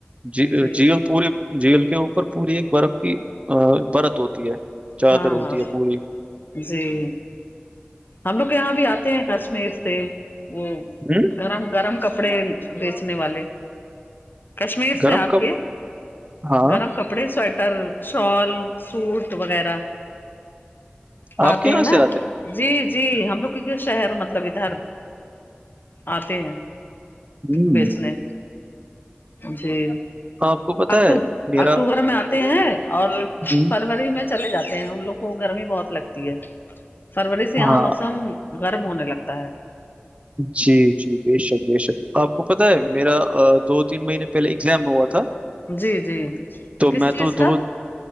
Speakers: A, on the right; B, on the left.
A: ج
B: جی
A: جیل پورے جھیل کے اوپر پوری ایک برف کی ا پرت ہوتی ہے چادر
B: ہاں
A: ہوتی
B: ہاں
A: ہے پوری
B: جی ہم لوگ یہاں بھی آتے ہیں کشمیر سے وہ
A: ہمم
B: گرم گرم کپڑے بیچنے والے کشمیر
A: گرم
B: سے آپ
A: کب
B: کے
A: ہاں
B: گرم کپڑے سویٹر شال سوٹ وغیرہ
A: آپ
B: آتے
A: کے یہاں
B: ہیں نا
A: سے
B: جی جی ہم لوگ کی شہر مطلب ادھر آتے ہیں
A: ہوں،
B: بیچنے جی
A: آپ کو پتا
B: اکو
A: ہے میرا
B: اکتوبر میں آتے ہیں اور
A: ہوں،
B: فروری میں چلے جاتے ہیں ان لوگ کو گرمی بہت لگتی ہے فروری سے یہاں
A: ہاں
B: موسم گرم ہونے لگتا ہے
A: جی جی بے شک بے شک آپ کو پتہ ہے میرا دو تین مہینے پہلے ایگزام ہوا تھا
B: جی جی
A: تو
B: کس
A: میں
B: چیز
A: تو
B: کا
A: دو